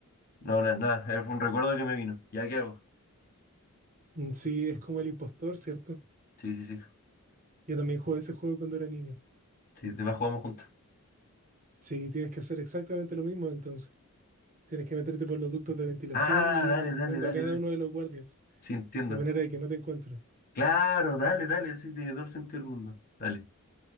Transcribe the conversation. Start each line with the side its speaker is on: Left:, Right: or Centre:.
Left: no, na- nada, era- fue un recuerdo que me vino. ¿Ya qué hago?
Right: mm, sí, es como el impostor, ¿cierto?
Left: Sí, sí, sí.
Right: Yo también jugué ese juego cuando era niño.
Left: Sí, demás jugamos juntos.
Right: Sí, tienes que hacer exactamente lo mismo entonces. Tienes que meterte por los ductos de ventilación
Left: Ah,
Right: y ir
Left: dale,
Right: asesinando
Left: dale, dale,
Right: a cada
Left: dale.
Right: uno de los guardias.
Left: Sí, entiendo.
Right: de manera de que no te encuentren.
Left: Claro, dale, dale, sí, tiene todo el sentido del mundo. Dale.